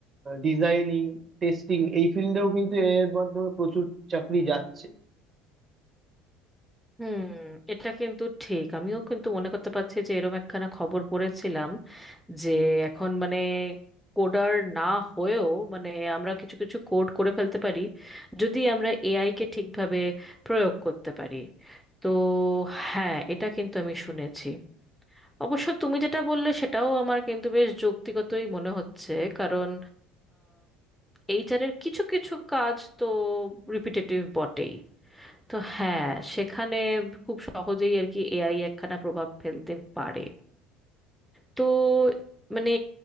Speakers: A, on the right (about 40°); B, in the centre.
A: ডিজাইনিং টেস্টিং এই ফিল্ডেও কিন্তু এআই এর মাধ্যমে প্রচুর চাকরি যাচ্ছে
B: হুম এটা কিন্তু ঠিক আমিও কিন্তু মনে করতে পারছি যে এরম একখানা খবর পড়েছিলাম যে এখন মানে কোডার না হয়েও মানে আমরা কিছু কিছু কোড করে ফেলতে পারি যদি আমরা এআই কে ঠিকভাবে প্রয়োগ করতে পারি তো হ্যাঁ এটা কিন্তু আমি শুনেছি অবশ্য তুমি যেটা বললে সেটাও আমার কিন্তু বেশ যৌক্তিগতই মনে হচ্ছে কারণ এইচআর এর কিছু কিছু কাজ তো রিপিটেটিভ বটেই তো হ্যাঁ সেখানে খুব সহজেই আর কি এআই একখানা প্রভাব ফেলতে পারে তো মানে